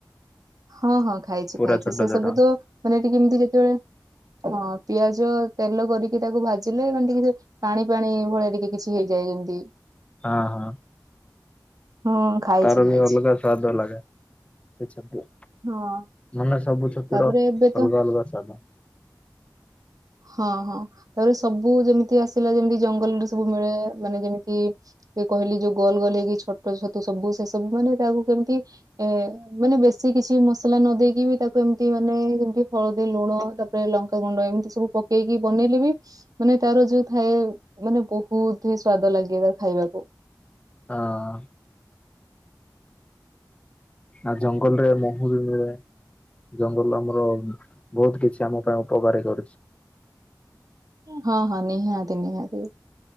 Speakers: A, on the right (about 55°); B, on the left (about 15°).
A: ହଁ ହଁ ଖାଇଛି
B: ପୁରା
A: ଖାଇଛି
B: ଛୋଟ
A: ସେ
B: ଛୋଟ
A: ସବୁ ତ ମାନେ ଟିକେ ଏମିତି ଯେତେବେଳେ ହଁ ପିଆଜ ତେଲ କରିକି ତାକୁ ଭାଜିଲେ ମାନେ ଟିକେ ପାଣି ପାଣି ଭଳିଆ ଟିକେ କିଛି ହେଇଯାଏ ଯେମତି।
B: ହଁ ହଁ।
A: ହଁ ଖାଇଛି
B: ତାର
A: ଖାଇଛି
B: ବି ଅଲଗା ସ୍ୱାଦ ଲାଗେ ସେ ଛତୁ।
A: ହଁ।
B: ମାନେ ସବୁ ଛତୁ
A: ତାପରେ
B: ର
A: ଏବେ ତ
B: ଅଲଗା ଅଲଗା ସ୍ଵାଦ।
A: ହଁ ହଁ ତାପରେ ସବୁ ଯେମିତି ଆସିଲା ଯେମିତି ଜଙ୍ଗଲରେ ସବୁ ମିଳେ ମାନେ ଯେମିତି ଜଉ କହିଲି ଯୋଉ ଗୋଲ ଗୋଲ ହେଇକି ଛୋଟ ଛତୁ ସବୁ ସେ ସବୁ ମାନେ ତାକୁ କେମିତି ଏ ମାନେ ବେଶୀ କିଛି ମସଲା ନ ଦେଇେଇକି ବି ତାକୁ ଏମିତି ମାନେ ଯେମତି ହଳଦୀ ଲୁଣ ତାକୁ ଲଙ୍କାଗୁଣ୍ଡ ଏମିତି ସବୁ ପକେଇକି ବନେଇଲେ ବି ମାନେ ତାର ଯୋଉ ଥାଏ ମାନେ ବହୁତ ହିଁ ସ୍ଵାଦ ଲାଗେ ତାର ଖାଇବାକୁ।
B: ହଁ। ଆ ଜଙ୍ଗଲରେ ମହୁ ବି ମିଳେ। ଜଙ୍ଗଲ ଆମର ବହୁତ କିଛି ଆମ ପାଇଁ ଉପକାରୀ କରିଚି।
A: ହଁ ହଁ ନିହାତି ନିହାତି।